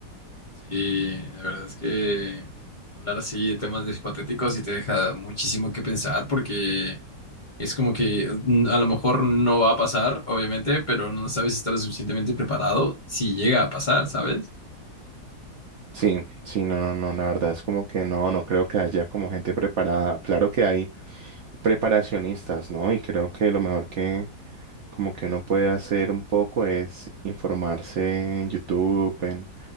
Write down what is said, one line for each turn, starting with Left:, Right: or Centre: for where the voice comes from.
Left: Sí, la verdad es que hablar así de temas de hipotéticos sí te deja muchísimo que pensar porque es como que mm, a lo mejor no va a pasar, obviamente, pero no sabes si estás lo suficientemente preparado si llega a pasar, ¿sabes?
Right: Sí, sí, no, no, no, la verdad es como que no, no creo que haya como gente preparada. Claro que hay preparacionistas, ¿no? Y creo que lo mejor que, como que uno puede hacer un poco es informarse en YouTube, en